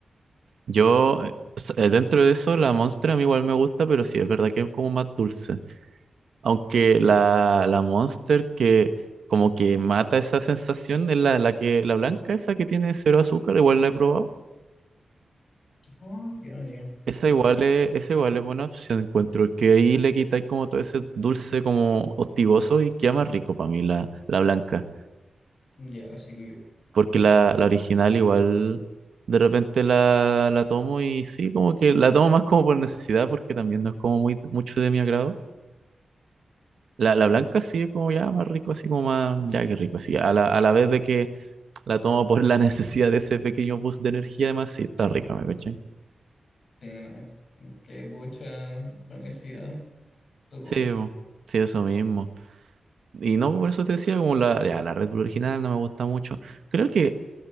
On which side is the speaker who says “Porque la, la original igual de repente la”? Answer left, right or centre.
Right